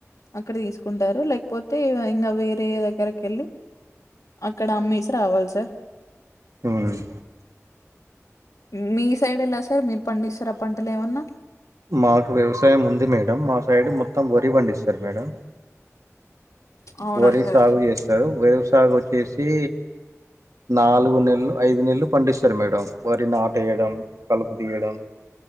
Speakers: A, on the left; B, on the right.
A: అక్కడ తీసుకుంటారు లేకపోతే ఇంగా వేరే దగ్గరకేళ్ళి అక్కడ అమ్మేసి రావాలి సార్
B: ఆహ్
A: మీ సైడ్ ఎలా సార్ మీరు పండిస్తారా పంటలు ఏమన్నా
B: మాకు వ్యవసాయం ఉంది మేడం మా సైడ్ మొ త్తం వరి వండిస్తారు మేడం
A: అవునా
B: వరి
A: సార్
B: సాగు చేస్తారు వరి సాగు వచ్చేసి నాలుగు నెల్లు ఐదు నెల్లూ పండిస్తారు మేడం వరి నాటు వేయడం కలుపు తీయడం